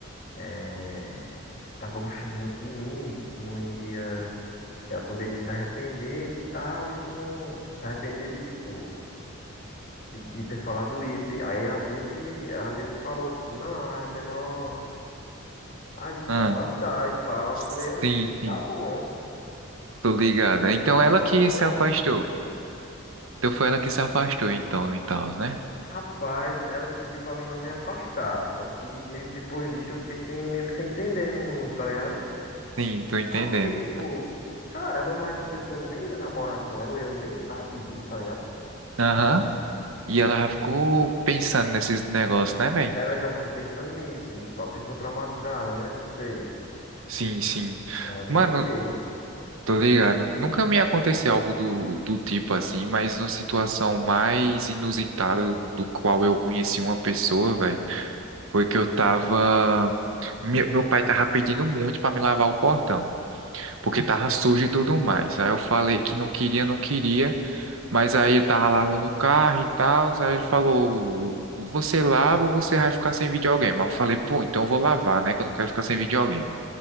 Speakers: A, on the left; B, on the right.
A: eh, tava gostando muito de mim, que não iria, que ela poderia se arrepender e tal, e que não, se arrepender de, tipo, de, de ter falado isso. E aí ela veio que, ela meio que falou, tipo, não, é melhor a gente
B: Ah,
A: se afastar e tal.
B: sim,
A: Eu falei, oxe,
B: sim,
A: tá bom.
B: tô ligado.
A: Eu peguei
B: Então
A: e disse,
B: ela
A: não,
B: que
A: tá bom.
B: se afastou. Então foi ela que se afastou, então, e tal, né?
A: Rapaz, ela pediu pra mim não me afastar. Só que meio que depois disso eu fiquei sem, meio que sem entender muito, tá ligado?
B: Sim, tô entendendo.
A: Aí eu fiquei tipo, caramba, mas essa pessoa nem ia namorar com ela, ou eu nem tava pedindo, tá ligado?
B: Aham. E ela já ficou pensando nesses negócios, né, velho?
A: Ela já ficou pensando nisso, e tipo, a pessoa traumatizada, né? Não sei.
B: Sim, sim.
A: Aí eu nem
B: Mano,
A: julguei, mano.
B: Tô ligado. Nunca me aconteceu algo do, do tipo assim, mas uma situação mais inusitada do qual eu conheci uma pessoa, velho, foi que eu tava. Meu, meu pai tava pedindo muito pra me lavar o portão, porque tava sujo e tudo mais. Aí eu falei que não queria, não queria, mas aí ele tava lavando o carro e tal. Aí ele falou: Você lava ou você vai ficar sem videogame? Aí eu falei: Pô, então eu vou lavar, né? Que eu não quero ficar sem videogame.